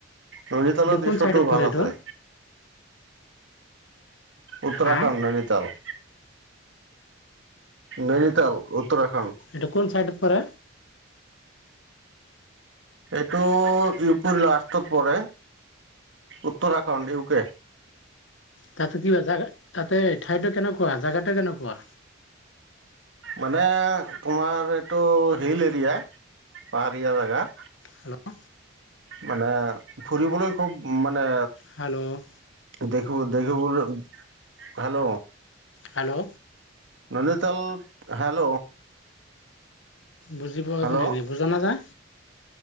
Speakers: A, on the right (about 70°); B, on the left (about 70°).
A: নৈনিতালৰ
B: এইটো
A: দৃশ্যটো
B: কোন চাইডত পৰে
A: ভাল
B: এইটো
A: আছে। উত্তৰাখণ্ড
B: হা
A: ননিতাল। নৈনিতাল উত্তৰাখণ্ড।
B: এটো কোন চাইডত পৰে?
A: এইটো ইউ পিৰ লাষ্টত পৰে উত্তৰাখণ্ড ইউ কে।
B: তাতে কিবা জাগা, তাতে ঠাইটো কেনেকুৱা জাগাটো কেনেকুৱা?
A: মানে তোমাৰ এইটো হিল এৰিয়া, পাহাৰীয়া জেগা।
B: হেল্ল'?
A: মানে ফুৰিবলৈ খুব মানে
B: হাল্ল'?
A: দেখিব দেখিবলৈ হেল্ল।
B: হেল্ল'?
A: ননিতাল হেল্ল।
B: বুজি পোৱা
A: হেল্ল'
B: <unintelligible> বুজা নাযায়।